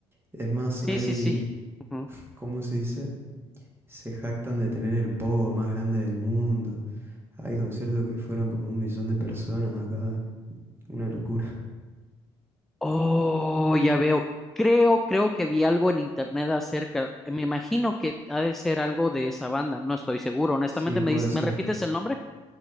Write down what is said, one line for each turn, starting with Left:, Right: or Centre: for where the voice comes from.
Right: Es más,
Centre: Sí,
Right: hay,
Centre: sí, sí. Ujú.
Right: <laughs> ¿cómo se dice? Se jactan de tener el pogo más grande del mundo. Hay conciertos que fueron como un millón de personas acá, una locura.
Centre: Oh, ya veo. Creo, creo que vi algo en internet acerca. Me imagino que ha de ser algo de esa banda. No estoy seguro. Honestamente,
Right: Sí, puede
Centre: ¿me dice-
Right: ser.
Centre: me repites el nombre?